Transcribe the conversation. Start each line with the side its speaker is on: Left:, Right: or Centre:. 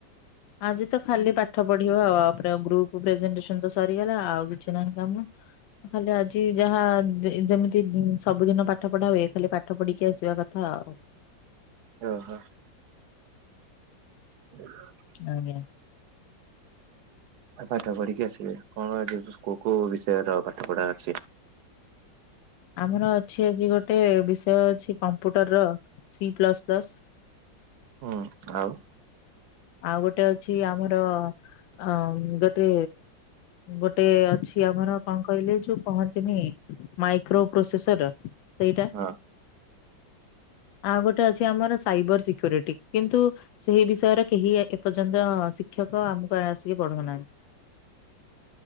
Left: ଆଜି ତ ଖାଲି ପାଠ ପଢିବ ଆଉ ଆ ପରେ ଆଉ ଗ୍ରୁପ୍ ପ୍ରେଜେଣ୍ଟେସନ ତ ସରିଗଲା ଆଉ କିଛି ନାହିଁ କାମ। ଖାଲି ଆଜି ଯାହା ଯେମିତି ସବୁଦିନ ପାଠ ପଢା ହୁଏ ଖାଲି ପାଠ ପଢିକି ଆସିବା କଥା ଆଉ।
Right: ଓ ହୋ ହଁ
Left: ନାଇଁ ନାଇଁ।
Right: ପାଠ ପଢିକି ଆସିବେ କଣ ଏଠି ଯୋଉ କୋଉ କୋଉ ବିଷୟର ପାଠ ପଢା ଅଛି?
Left: ଆମର ଅଛି ଆଜି ଗୋଟେ ବିଷୟ ଅଛି କମ୍ପ୍ୟୁଟର ର ସି ପ୍ଲସ୍ ପ୍ଲସ୍।
Right: ହୁଁ ଆଉ
Left: ଆଉ ଗୋଟେ ଅଛି ଆମର ଅଁ ଗୋଟେ ଗୋଟେ ଅଛି ଆମର କଣ କହିଲେ ଯୋଉ କହନ୍ତିନି ମାଇକ୍ରୋ ପ୍ରୋସେସର। ସେଇଟା।
Right: ହଁ
Left: ଆଉ ଗୋଟେ ଅଛି ଆମର ସାଇବର ସିକ୍ୟୁରିଟି କିନ୍ତୁ ସେହି ବିଷୟରେ କେହି ଏ ଏପର୍ଯ୍ୟନ୍ତ ଶିକ୍ଷକ ଆମୁକୁ ଆସିକି ପଢଉନାହାନ୍ତି।